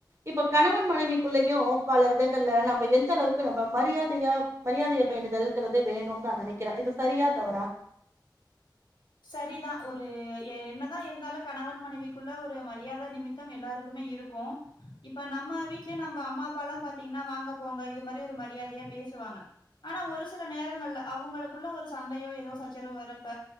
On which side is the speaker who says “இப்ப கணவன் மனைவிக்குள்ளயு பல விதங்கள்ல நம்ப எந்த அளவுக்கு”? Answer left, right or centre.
Right